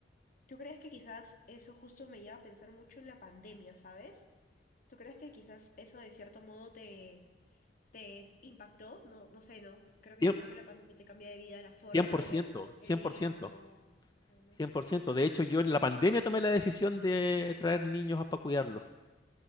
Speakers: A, on the left; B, on the left.
A: tú crees que quizás eso justo me lleva a pensar mucho en la pandemia, ¿sabes? ¿Tú crees que quizás eso de cierto modo te te es- impactó? No, no sé, ¿no? Creo que
B: Cien-
A: yo creo que la pandemia te cambia de vida, la forma
B: por
A: de
B: ciento,
A: ver
B: cien
A: el tiempo.
B: por ciento.
A: Bueno,
B: 100%. De hecho, yo en la pandemia tomé la decisión de traer niños para cuidarlos.